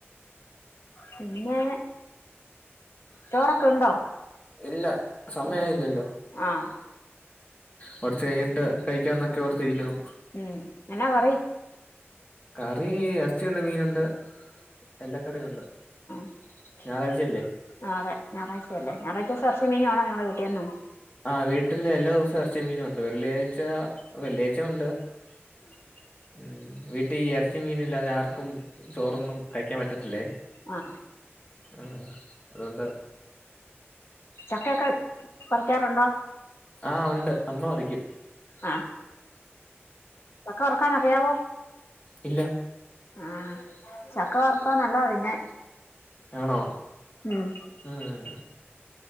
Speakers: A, on the left; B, on the left.
A: പിന്നെ ചോറൊക്കെ
B: മോളെ കൊണ്ട
A: ഉണ്ടോ
B: ഇല്ല സമയം
A: ഉം
B: ആയില്ലല്ലോ ആ
A: ആഹ്
B: കുറച്ച് കഴിഞ്ഞിട്ട് കഴിക്കാന്നൊക്കെ ഓർത്തിരിക്കുന്നു
A: ഉം എന്നാ കറി
B: കറി ഇറച്ചിയുണ്ട് മീനുണ്ട് എല്ലാ കറിയും ഉണ്ട്
A: ഞായറാഴ്
B: ഞായറാഴ്ചയല്ലേ
A: ആ അതെ ഞായറാഴ്ചയല്ലേ ഞായറാഴ്ച്ച ദിവസം ഇറച്ചിയും മീന ആണോ നിങ്ങളടെ വീട്ടിന്നും
B: ആ വീട്ടില് എല്ലാ ദിവസവും ഇറച്ചിയും മീനുംണ് വെള്ളിയാഴ്ച വെള്ളിയാഴ്ച ഉണ്ട് ആ ഉം ഇറച്ചിയു മീനും ഇല്ലാതെ ആർക്കും ചോറൊന്നും കഴിക്കാൻ പറ്റത്തില്ലേ
A: ആഹ്
B: ആ അ ആ അതുകൊണ്ട്
A: ചക്കയൊക്കെ പറിക്കാറുണ്ടോ
B: ആ ഉണ്ട് അമ്മ ഉറങ്ങി
A: ആ നിനക്ക് വറുക്കാൻ അറിയാവോ
B: ഇല്ല
A: ആ ചക്ക വർത്താൽ നല്ല തിന്നാൻ
B: ആണോ
A: ഉം
B: ഉം